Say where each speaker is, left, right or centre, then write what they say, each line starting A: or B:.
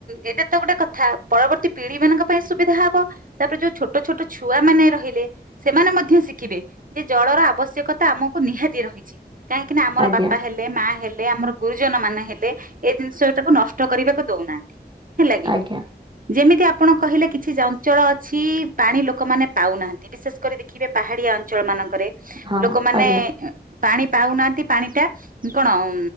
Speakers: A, on the right; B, on the right.
A: ଏଇଟା ତ ଗୋଟେ କଥା ପରବର୍ତ୍ତୀ ପିଢି ମାନଙ୍କ ପାଇଁ ସୁବିଧା ହବ। ତାପରେ ଯୋଉ ଛୋଟ ଛୋଟ ଛୁଆ ମାନେ ରହିଲେ। ସେମାନେ ମଧ୍ୟ ଶିଖିବେ ଯେ ଜଳର ଆବଶ୍ୟକତା ଆମକୁ ନିହାତି ରହିଛି। କାହିଁକି ନା ଆମର
B: ଆଜ୍ଞା
A: ବାପା ହେଲେ, ମା ହେଲେ, ଆମର ଗୁରୁଜନ ମାନେ ହେଲେ, ଏ ଜିନିଷ ତାକୁ ନଷ୍ଟ କରିବାକୁ ଦଉନାହାନ୍ତି, ହେଲା କି?
B: ଆଜ୍ଞା
A: ଯେମିତି ଆପଣ କହିଲେ କିଛି ଜଞ୍ଚଳ ଅଛି ପାଣି ଲୋକମାନେ ପାଉନାହାନ୍ତି, ବିଶେଷ କରି ଦେଖିବେ ପାହାଡିଆ ଅଞ୍ଚଳ ମାନଙ୍କରେ
B: ହଁ
A: ଲୋକମାନେ
B: ଆଜ୍ଞା
A: ପାଣି ପାଉନାହାନ୍ତି, ପାଣି ଟା କଣମ୍